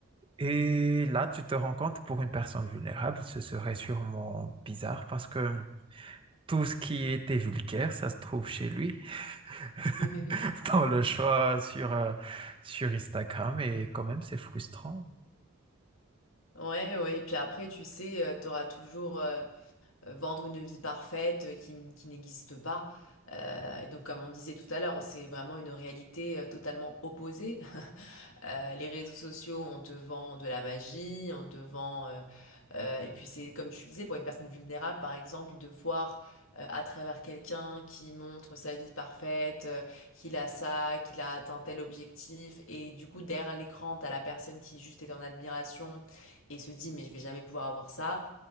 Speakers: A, on the right (about 25°); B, on the left (about 70°).
A: Et là, tu te rends compte, pour une personne vulnérable, ce serait sûrement bizarre parce que tout ce qui était vulgaire, ça se trouve chez lui, <laughs>
B: <laughs>
A: dans le choix sur, euh, sur Instagram. Et quand même, c'est frustrant
B: Ouais, ouais, et puis après, tu sais, tu auras toujours. euh, euh, vendre une vie parfaite euh, qui, n- qui n'existe pas. Euh, et donc, comme on disait tout à l'heure, c'est vraiment une réalité euh, totalement opposée. <laughs> Euh, les réseaux sociaux, on te vend de la magie, on te vend... euh, euh, et puis, c'est comme tu disais, pour une personne vulnérable, par exemple, de voir euh, à travers quelqu'un qui montre sa vie parfaite, euh, qu'il a ça, qu'il a atteint tel objectif. Et du coup, derrière l'écran, t'as la personne qui juste est en admiration et se dit, mais je vais jamais pouvoir avoir ça.